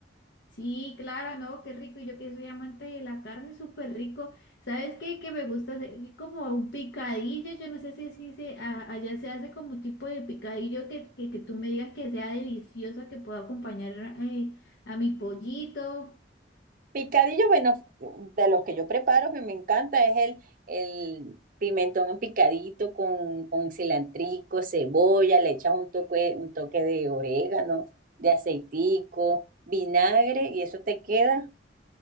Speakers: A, on the left (about 70°); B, on the right (about 50°).
A: Sí, claro, ¿no? Qué rico. Y yo que soy amante de la carne, súper rico. ¿Sabes qué? Que me gusta hacer como un picadillo. Yo no sé si, si se, a- allá se hace como un tipo de picadillo que, que, que tú me digas que sea deliciosa, que pueda acompañar eh, a mi pollito.
B: Picadillo, bueno, de los que yo preparo, que me encanta, es el, el pimentón picadito con, con cilantrico, cebolla, le echas un toque, un toque de orégano, de aceitico, vinagre, y eso te queda